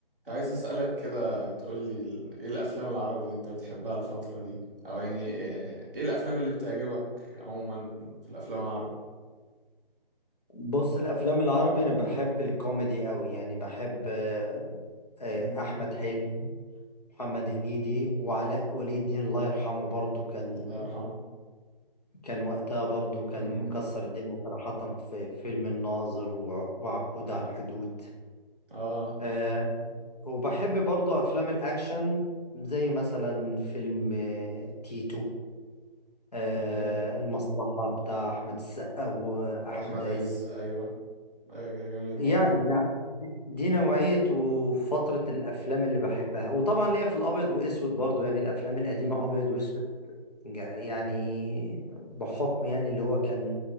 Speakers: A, in the centre; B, on the left.
A: عايز أسألك كده تقولي ال- ايه الأفلام العربي اللي انت بتحبها الفترة دي أو يعني ايه إيه الأفلام اللي بتعجبك عموما في الأفلام العربي
B: بص الافلام العربي انا بحب الكوميدي قوي يعني بحب آه، آه،
A: امم
B: احمد حلمي محمد هنيدي وعلاء ولي الدين الله يرحمه برضو كان
A: الله يرحمه
B: كان وقتها برضو كان
A: امم
B: مكسر الدنيا صراحة في فيلم الناظر وع- وعبود على الحدود
A: اه
B: آه، وبحب برضو افلام الاكشن زي مثلا فيلم آه، تيتو آه،
A: تمام
B: المصلحة بتاع احمد السقا واحمد
A: وأحمد
B: عز
A: عز أيوه أيوة جميل
B: يعني
A: برضه
B: نعم. دي دي نوعية وفترة الأفلام اللي بحبها وطبعا ليا في الأبيض وأسود برضو يعني الأفلام القديمة
A: امم
B: أبيض وأسود جا- يعني بحكم يعني اللي هو كان